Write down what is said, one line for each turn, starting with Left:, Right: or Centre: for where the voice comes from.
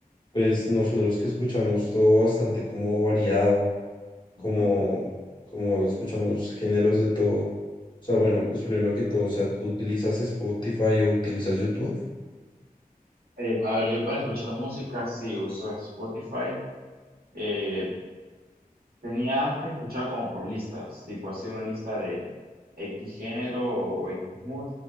Left: pues nosotros que escuchamos todo bastante como variado. como,
Right: Ujú,
Left: como escuchamos géneros de todo. O sea, bueno,
Right: ujú.
Left: pues primero que todo, o sea, ¿tú utilizas Spotify o utilizas YouTube?
Right: Eh, a ver, yo para escuchar música sí uso Spotify, eh, Tenía antes, escuchaba como por listas, tipo hacía una lista de X género o X mood,